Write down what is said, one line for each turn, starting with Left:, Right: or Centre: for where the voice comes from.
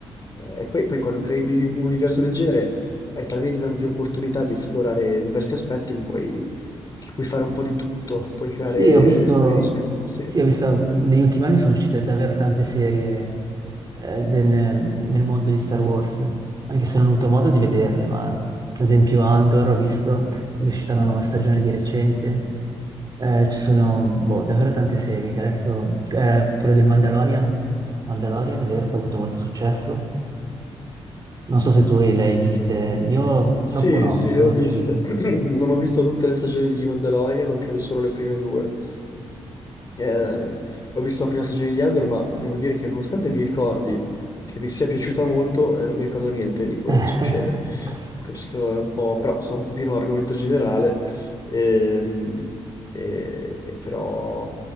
Left: e poi, poi quando crei un, un universo del genere hai talmente tante opportunità di esplorare diversi aspetti che puoi, che puoi fare un po' di tutto, puoi creare
Right: Sì, ho visto,
Left: storie di spin. Sì,
Right: sì, ho visto, negli ultimi anni sono uscite davvero tante serie eh, del- nel mondo di Star Wars, anche se non ho avuto modo di vederle, ma ad esempio Andor ho visto, è uscita una nuova stagione di recente, Eh, ci sono boh, davvero tante serie che adesso, eh, quello del Mandalorian, Mandalorian è vero che ha avuto molto successo, non so se tu le hai viste, io purtroppo
Left: sì,
Right: no,
Left: sì,
Right: non sono
Left: le ho viste.
Right: riuscito.
Left: <clears throat> Non ho visto tutte le stagioni di Mandalorian, ho credo solo le prime due. Eh, ho visto la prima stagione di Andor, ma devo dire che nonostante mi ricordi che mi sia piaciuta molto, eh, non mi ricordo niente di quello
Right: <laughs>
Left: che succede. Questo è un po', però so un pochino l'argomento generale, ehm, e, e però